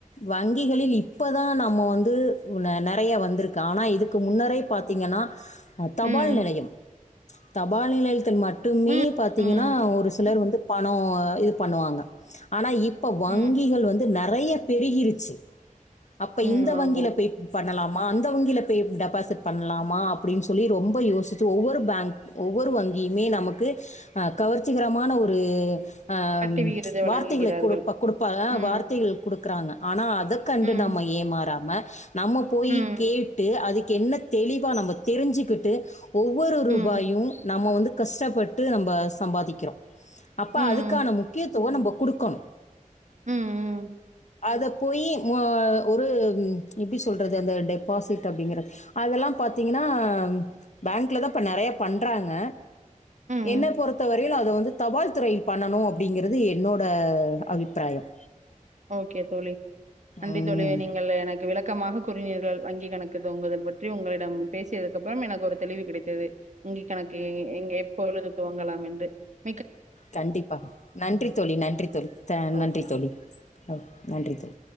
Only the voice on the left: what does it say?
வங்கிகளில் இப்பதா நம்ம வந்து உ நெ நெறைய வந்திருக்கு ஆனா இதுக்கு முன்னரே பாத்தீங்கன்னா தபால்
நிலையம் தப் பால்நிலையத்தில் மட்டுமே
பாத்தீங்கன்னா
ஒரு சிலர் வந்து பண அ இது பண்ணுவாங்க ஆனா இப்போ வங்கிகள்
வந்து நறைய பெருகிருச்சி அப்ப
இந்த வங்கில
போய் பண்ணலாம் அந்த வங்கில போய் டெபாசிட் பண்லாமா அப்டின் சொல்லி ரொம்ப யோசிச்சு ஒவ்வொரு பேங்க் ஒவ்வொரு வங்கியுமே நமக்கு அ கவர்ச்சிகற மான ஒரு அ
வார்த்தைகளை கொடுப்ப கொடுப்பாக
வார்த்தைகள் குடுக்குறாங்க ஆனா அத கண்டு
நம்ம ஏமாறாம நம்ம போய்
கேட்டு அது என்ன தெளிவா நம்ம தெரிஞ்சுக்கிட்டு ஒவ்வொரு
ரூபாயு நம்ம வந்து கஷ்டப்பட்டு நம்ப சம்பாதிக்கிறொ அப்ப
அதுக்கான முக்கியத்துவ நம்ப குடுக்கணு
அத போய் மு அ ஒரு ம் எப்டி சொல்றது அந்த டெப்பாசிட் அப்டிங்கறது அதெல்லாம் பாத்தீங்ன்னா பேங்க்ல தா இப்ப நெறைய பண்றாங்க
என்ன பொருத்த வரைலு அத வந்து தபால்துறை பண்ணனு அப்டிங்கிறது என்னோ ட அபிப்பிராயம்
ம்.
கண்டிப்பா நன்றி தோழி நன்றி தோழி தெ நன்றி
தோழி நன்றி தோழி